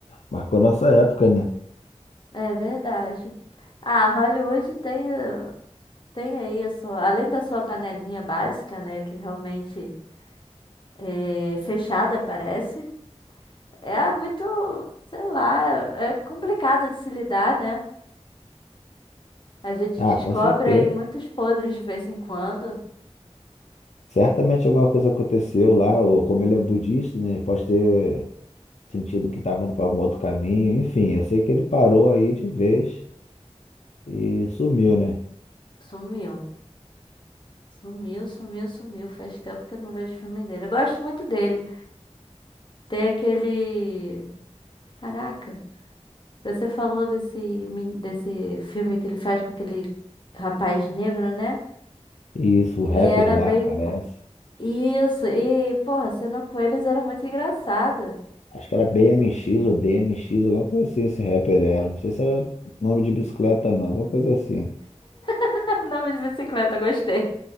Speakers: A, on the left; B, on the left.
A: marcou nossa época, né?
B: É verdade. Ah, Hollywood tem, eh, tem aí a sua, além da sua panelinha básica, né, que realmente é fechada, parece, é muito, sei lá, é complicado de se lidar, né? A gente
A: Ah,
B: descobre
A: com certeza.
B: aí muitos podres de vez em quando.
A: Certamente alguma coisa aconteceu lá, ou como ele é budista, né? Pode ter sentido que estava indo para algum outro caminho. Enfim, eu sei que ele parou aí de vez e sumiu, né?
B: Sumiu. Sumiu, sumiu, sumiu. Faz tempo que eu não vejo filme dele. Eu gosto muito dele. Tem aquele. Caraca, você falou desse, men- desse filme que ele faz com aquele rapaz negro, né?
A: E isso, o
B: E
A: rapper
B: era
A: lá,
B: bem.
A: parece.
B: co- Isso, e, porra, a cena com eles era muito engraçada.
A: Acho que era BMX ou DMX, alguma coisa assim, esse rapper era. Não sei se era nome de bicicleta, não, alguma coisa assim.
B: <laughs> Andava de bicicleta, gostei.